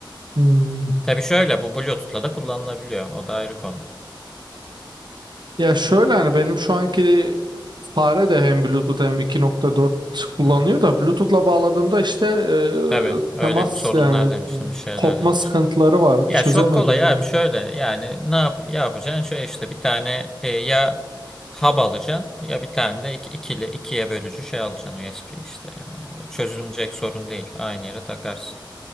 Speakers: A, on the right (about 60°); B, in the centre.
A: hmm.
B: Tabii şöyle bu Bluetooth'la da kullanılabiliyor. O da ayrı konu.
A: Ya şöyle hani benim şu anki fare de hem Bluetooth hem 2.4 kullanıyor
B: Hı hı.
A: da Bluetooth'la bağladığımda işte e,
B: Tabii öyle
A: temas
B: bir sorunlar
A: yani
B: demiştim, bir şeyler
A: kopma
B: demiştim.
A: sıkıntıları vardı
B: Ya
A: çözemedim
B: çok kolay
A: yani.
B: abi şöyle yani ne yap yapacaksın? Şöyle işte bir tane e, ya hub alacaksın ya bir tane de iki, ikili ikiye bölücü şey alacaksın USB işte. Yani o çözülmeyecek sorun değil. Aynı yere takarsın.